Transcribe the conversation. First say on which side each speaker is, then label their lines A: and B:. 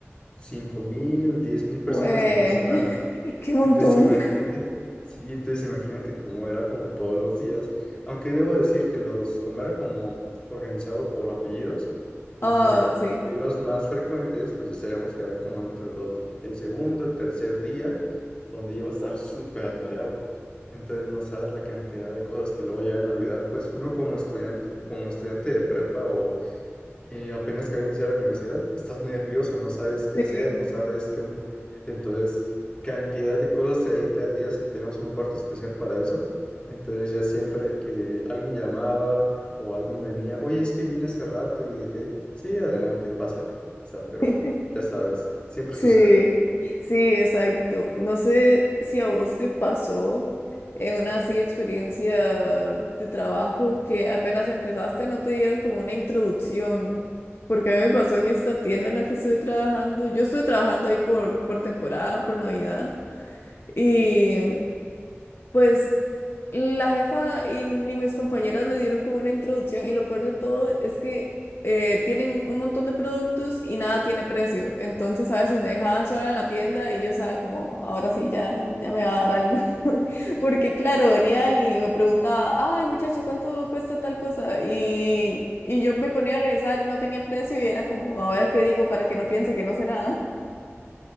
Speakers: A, on the left (about 25°); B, on the left (about 55°).
A: cinco mil, diez mil personas
B: pues,
A: en una semana.
B: <laughs> qué montón.
A: Entonces imagínate,
B: <laughs>
A: sí, entonces imagínate cómo era como todos los días, aunque debo decir que los, como era como organizado por apellidos, los
B: Ah,
A: ar-
B: sí,
A: apellidos más frecuentes, pues ya sabíamos que eran como entre los, el segundo, el tercer día, donde iba a estar súper atareado. Entonces no sabes la cantidad de cosas que luego llegan a olvidar, pues uno como estudiante, como estudiante de prepa eh, apenas que voy a iniciar la universidad, estás nervioso, no sabes qué
B: sí.
A: hacer, no sabes qué onda. Entonces, cantidad de cosas ahí perdidas, eh, tenemos un cuarto especial para eso. Entonces, ya siempre que alguien llamaba o alguien venía, oye, es que vine hace rato y dejé, sí, adelante, pásale. O sea, pero
B: <laughs>
A: ya sabes, siempre
B: Sí,
A: sucede.
B: sí, exacto. No sé si a vos te pasó en una así experiencia de trabajo que apenas empezaste no te dieron como una introducción, porque a mí me pasó en esta tienda en la que estuve trabajando. Yo estuve trabajando ahí por, por temporada, por Navidad, y pues la jefa y ni mis compañeras me dieron como una introducción y lo peor de todo es que eh, tienen un montón de productos y nada tiene precio. Entonces a veces me dejaban sola en la tienda y yo estaba como, ahora sí, ya, ya me va a dar algo. <laughs> Porque claro, venía alguien y me preguntaba, ay muchacha, ¿cuánto cuesta tal cosa? Y, y yo me ponía a revisar y no tenía precio y era como, ahora qué digo para que no piense que no sé nada.